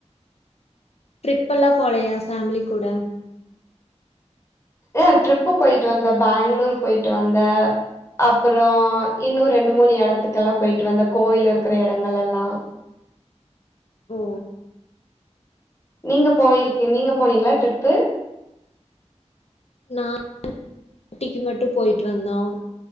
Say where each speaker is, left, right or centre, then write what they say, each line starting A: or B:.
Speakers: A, on the left; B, on the left.
A: ட்ரிப்பெல்லாம் போலயா ஃபேமிலி கூட
B: ஆ ட்ரிப்பு போயிட்டு வந்த பேங்களூர் போயிட்டு வந்த அப்பறம் இன்னும் ரெண்டு மூணு இடத்துக்கெ எல்லாம் போயிட்டு வந்த கோவில் இருக்கிற இடங்கள் எல்லாம்
A: ஓ
B: நீங்க போயிருக்கு நீங்க போனீங்களா ட்ரிப்பு
A: நான ஊட்டிக்கு மட்டும் போயிட்டு வந்தோம்